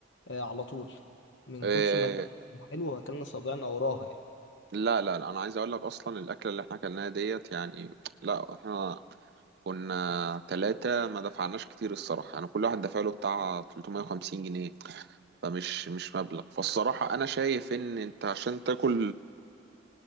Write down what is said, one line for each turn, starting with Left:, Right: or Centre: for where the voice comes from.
Left: آه، على طول من
Right: إيه
Left: كتر ما الأكل حلو واكلنا صابعنا وراها يعني
Right: لا لا لا انا عايز اقول لك اصلا الاكله اللي احنا اكلناها ديت يعني لا احنا كنا ثلاثة ما دفعناش كتير الصراحة يعني كل واحد دفع له بتاع 350 جنيه فمش مش مبلغ فالصراحة انا شايف ان انت عشان تاكل